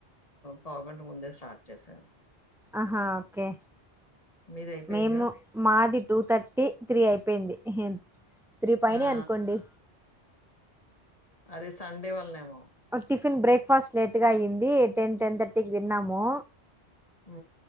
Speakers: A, on the left (about 35°); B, in the centre.
A: పావుగంట ముందే స్టార్ట్ చేశాను
B: ఆహా ఓకె
A: మీదయిపోయిందా?
B: మేము మాది టూ థర్టీ త్రీ అయిపోయింది హె త్రి పైనె
A: ఆ! ఆ!
B: అనుకోండి
A: అరెస్ సండే వల్లనేమో
B: టిఫిన్ బ్రేక్ఫాస్ట్ లేట్ గా అయి్యంది టెన్ టెన్ తర్టీీకి తిన్నాము
A: ఉ